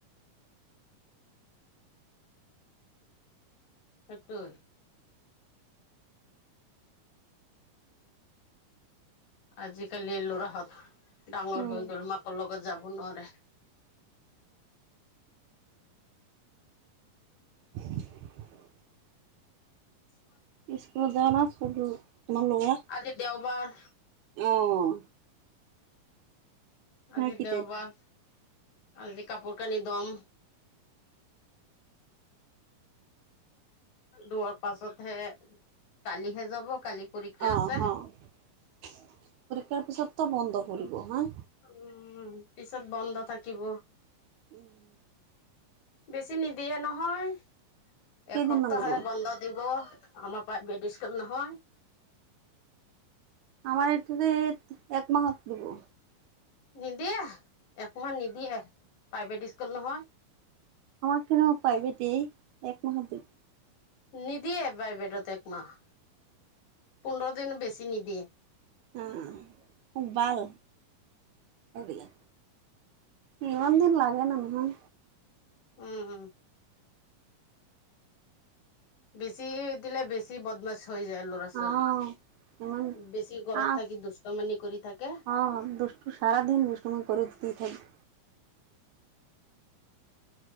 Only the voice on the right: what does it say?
উম
<unintelligible>
স্কুলত যায় না স্কুল তোমাৰ ল'ৰা?
উম।
নাই কি
টাইপ
অ
অ, পৰীক্ষাৰ পিছত তো বন্ধ কৰিব হা।
উম।
কেইদিনমান দিব
আমাৰ এই ফালে একমাহত দিব।
আমাৰ পিনে প্ৰাইভেট দেই এক মাহত দিয়ে।
উম উম খুব ভাল, সেইবিলাক। ইমান দিন লাগে নহয়।
অহ ইমান
আহ
অ দুষ টো চাৰা দিন দুষ্টামি কৰি দি থাকে।